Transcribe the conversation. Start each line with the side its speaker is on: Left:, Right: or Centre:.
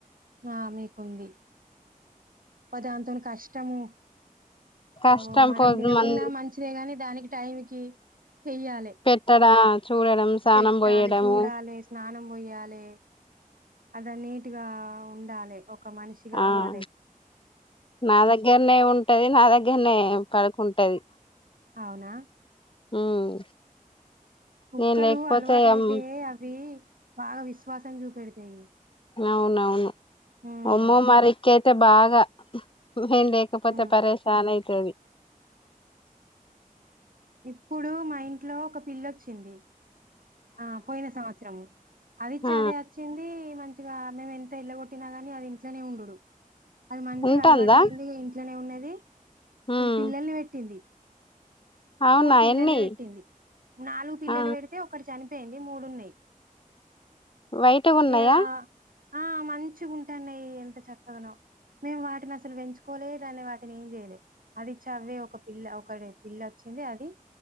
Right: ఆ మీకుంది అబ్బా దాంతోనీ కష్టము
Left: కష్టం
Right: ఓ మనం
Left: పొద్దు
Right: తినకున్న
Left: మం
Right: మంచిదే కాని దానికి టైంకి చెయ్యాలే
Left: పెట్టడా చూడడం స్నానం
Right: పెట్టాలి
Left: పోయడము
Right: చూడాలి స్నానం పోయ్యాలి అద నీట్గా ఉండాలి ఒక మనిషి కావాలే
Left: ఆ నా దగ్గరనే ఉంటది నా దగ్గరనే పడుకుంటది
Right: అవునా
Left: ఉమ్
Right: కుక్కలు
Left: నేను లేకపోతే
Right: అలవాట అయితే
Left: అమ్-
Right: అవి బాగా విశ్వాసం చూపెడతాయి
Left: అవునవును
Right: ఉమ్
Left: ఒమ్మో మరి రిక్కి అయితే బాగా మేం లేకపోతే
Right: ఉమ్
Left: పరేేశాన్ అయితుది
Right: ఇప్పుడు మా ఇంట్లో ఒక పిల్లొచ్చింది ఆ పోయిన సంవత్సరము అదిచాధే
Left: ఆ
Right: వచ్చింది మంచిగా మేము ఎంత ఇళ్ళగొట్టినా గాని అది ఇంట్లోనే ఉండుడు అది మంచిగా
Left: ఉంటందా
Right: అలవాటు అయింది ఇక ఇంట్లోనే ఉన్నది
Left: ఉమ్
Right: ఇగా పిల్లల్ని పెట్టింది
Left: అవునా
Right: మూడు పిల్లలు
Left: ఎన్ని
Right: పెట్టింది నాలుగు పిల్లలు
Left: ఆ
Right: పెడితే ఒకటి చనిపోయింది మూడున్నాయి
Left: వైట్గా ఉన్నాయా
Right: ఇగా ఆ మంచి ఉంటాన్నాయి ఎంత చక్కగానో మేము వాటిని అసలు పెంచుకో దాన్ని వాటిని ఏం చేయలేదు అది చవ్వే ఒక పిల్ల ఒక పిల్లచ్చి అది